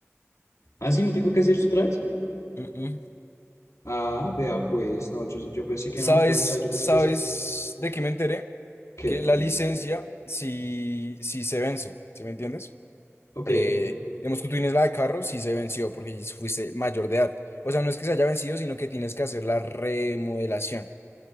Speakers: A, on the left; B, on the left.
A: Ah, sí, no tengo que hacer eso otra vez.
B: Mm, mm.
A: Ah, vea, pues, no, yo, yo pensé que
B: ¿Sabes,
A: no, yo, o sea, yo pensé
B: sabes
A: que sí,
B: de qué me enteré?
A: que,
B: Que la licencia, si, si se vence, ¿sí me entiendes?
A: ok,
B: Eh, digamos que tú tienes la de carro, si se venció, porque fuiste mayor de edad. O sea, no es que se haya vencido, sino que tienes que hacer la remodelación.